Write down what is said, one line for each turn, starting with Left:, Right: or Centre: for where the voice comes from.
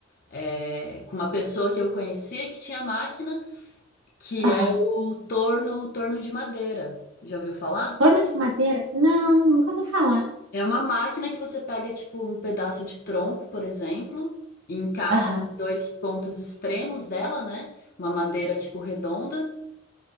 Left: é, com uma pessoa que eu conhecia que tinha máquina, que
Right: Aham.
Left: é o torno, torno de madeira. Já ouviu falar?
Right: Torno de madeira? Não, nunca ouvi falar.
Left: É uma máquina que você pega, tipo, um pedaço de tronco, por exemplo, e encaixa
Right: Aham.
Left: nos dois pontos extremos dela, né? Uma madeira, tipo, redonda.